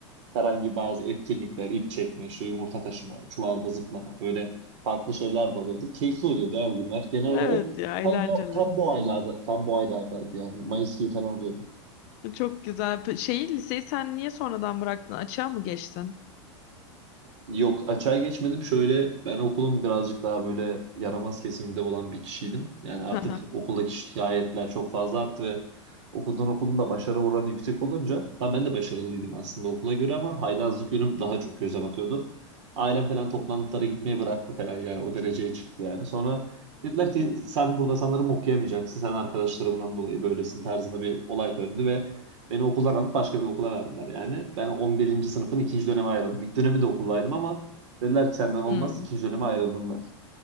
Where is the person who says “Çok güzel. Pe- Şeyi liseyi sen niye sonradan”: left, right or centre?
Left